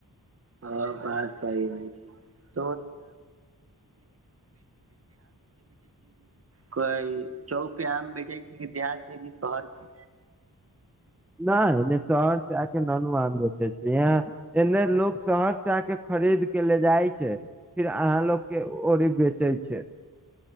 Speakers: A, on the right (about 40°); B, in the centre.
A: ह बात सही नै छै <unintelligible> कोइ चौक पे आम बेचै छै कि बिहार से कि शहर से
B: नै नहि शहर से आ ननू आम बेचे छे एने लोग शहर से आके खरीद केँ ले जाइ छै फिर अहाँ लोग केँ ओरी बेचै छै